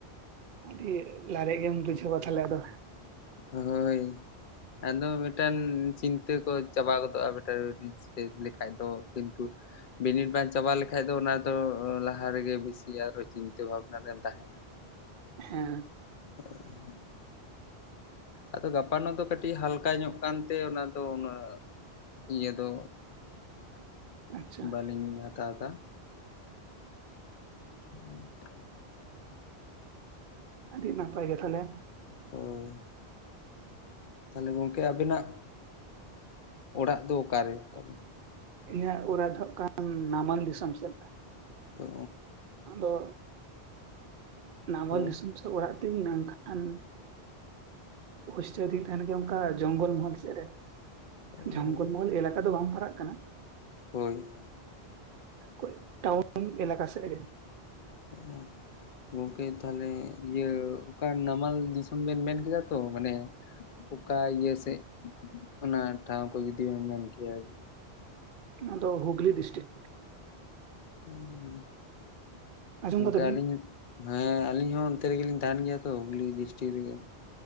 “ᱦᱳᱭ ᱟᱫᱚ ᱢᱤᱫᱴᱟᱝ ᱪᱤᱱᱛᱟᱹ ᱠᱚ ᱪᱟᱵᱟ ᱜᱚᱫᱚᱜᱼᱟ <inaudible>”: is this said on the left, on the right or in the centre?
Left